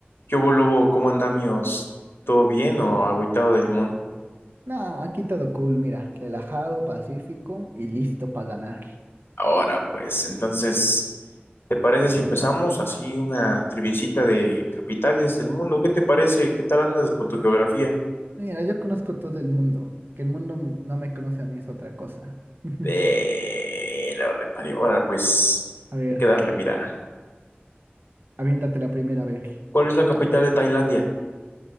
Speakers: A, on the left; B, on the right.
A: ¿Qué hubo, lobo? ¿Cómo andamios? ¿Todo bien
B: Pues,
A: o agüitado de limón?
B: no, aquí todo cool, mira, relajado, pacífico y listo para ganar.
A: Ahora, pues, entonces, ¿te parece si empezamos así una triviecita de capitales del mundo? ¿Qué te parece? ¿Qué tal andas con tu geografía?
B: Mira, yo conozco todo el mundo, que el mundo m- no me conoce a mí es otra cosa. <laughs>
A: Eh, lo reparé. Ahora, pues,
B: A ver,
A: hay que darle, mira.
B: aviéntate la primera vez.
A: ¿Cuál es la capital de Tailandia?